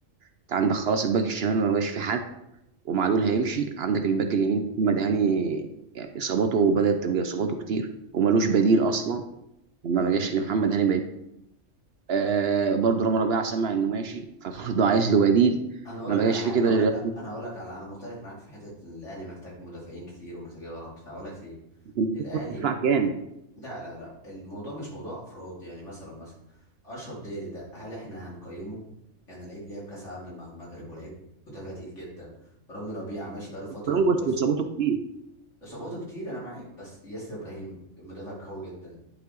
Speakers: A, on the right; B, on the left.
A: انت عندك خلاص الباك الشمال ما بقاش في حد ومعلول
B: امم
A: هيمشي عندك الباك اليمين محمد هاني يعني اصاباته بدات تبقى اصاباته كتير وملوش بديل
B: امم
A: اصلا ما
B: امم
A: بقاش لمحمد هاني بديل آه برضه رامي ربيعه سمع انه ماشي فبرضه عايز له بديل
B: انا اقول
A: ما
B: لك
A: بقاش
B: على حاجه
A: في كده
B: اقول
A: غير
B: لك انا اقول لك على انا مختلف معاك في حته ان الاهلي محتاج مدافعين كتير ومحتاج غلط فهقول لك ليه
A: <laughs>
B: الاهلي
A: خط دفاع كامل
B: لا لا لا الموضوع مش موضوع افراد يعني مثلا مثلا اشرف داري ده هل احنا هنقيمه يعني لعيب لعب كاس عالم مع المغرب ولعيب مدافع تقيل جدا رامي ربيعه ماشي بقاله فتره
A: كولومبوس
B: كويسه
A: بيظبطه كتير
B: اصاباته كتير انا معاك بس ياسر ابراهيم المدافع قوي جدا